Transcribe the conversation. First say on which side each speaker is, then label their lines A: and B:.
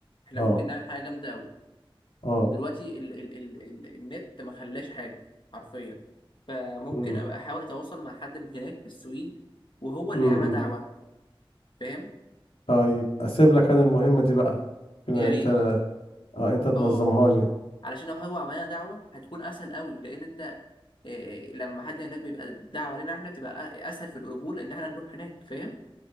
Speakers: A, on the left; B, on the left.
A: احنا
B: اه
A: ممكن نعمل حاجه جامده قوي
B: اه
A: انت دلوقتي ال ال ال ال النت ما خلاش حاجه حرفيا فممكن
B: امم
A: ابقى احاول اتواصل مع حد من هناك في السويد وهو اللي
B: امم
A: يعمل دعوه فاهم
B: طيب اسيب لك انا المهمه دي بقى كده
A: يا ريت
B: انت اه انت تنظمها
A: اه
B: لي
A: علشان لو هو عملنا دعوه هتكون اسهل قوي لان انت إيه لما حد هناك بيبقى دعوه لنا احنا بتبقى أ- اسهل في القبول ان احنا نروح هناك فاهم